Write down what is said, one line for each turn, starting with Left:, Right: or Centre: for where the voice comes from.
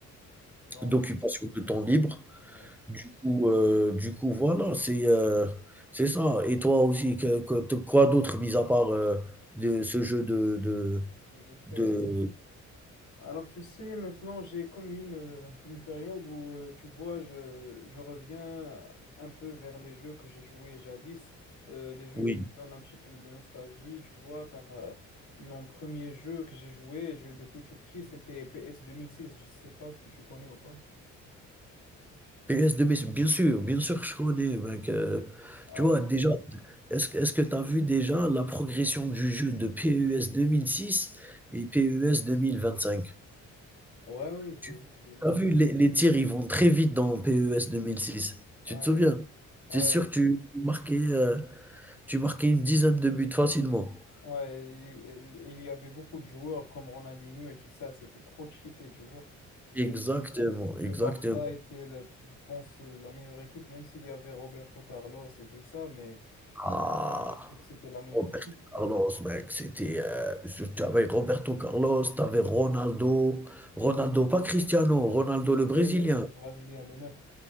Left: Non,
Centre: d'occupation de temps libre.
Left: ouais, c'est
Centre: Du
Left: ça.
Centre: coup, heu, du coup voilà, c'est, heu, c'est ça et toi aussi, que que te quoi d'autre mis à part, heu, de ce jeu de de
Left: Les FPS.
Centre: de
Left: Alors, tu sais, maintenant, j'ai comme une, euh, une période où, euh, tu vois, je, je reviens un peu vers les jeux que j'ai joués jadis, euh, les jeux
Centre: oui,
Left: qui me donnent un petit peu de nostalgie, tu vois, car euh, mon premier jeu que j'ai joué, je, depuis tout petit, c'était PS 2006, je sais pas ce que tu connais ou pas.
Centre: PS2 mais bien sûr, bien sûr que je connais mec, heu,
Left: Ouais,
Centre: tu vois déjà, est-ce que est-ce que tu as vu déjà la progression du jeu de PES 2006 et PES 2025?
Left: ouais, ouais, je
Centre: Tu
Left: l'ai vu, je l'ai vu.
Centre: as vu les les tirs, ils vont très vite dans PES 2006. Tu
Left: Ouais,
Centre: te souviens? Tu
Left: ouais,
Centre: sûr tu tu marquais, heu, tu marquais une dizaine de buts facilement.
Left: ouais, il, euh, il y avait beaucoup de joueurs comme Ronaldinho et tout ça, c'était trop cheaté, tu vois.
Centre: Exactement,
Left: Et, Le
Centre: exactement.
Left: Barça était, la- je pense, euh, la meilleure équipe, même s'il y avait Roberto Carlos et tout ça, mais, mais
Centre: Ah!
Left: je pensais que c'était la meilleure
Centre: Roberto
Left: équipe.
Centre: Carlos mec, c'était, heu, tu avais Roberto Carlos, tu avais Ronaldo. Ronaldo, pas Cristiano, Ronaldo le brésilien.
Left: Ouais, le, le Brésilien, le 9.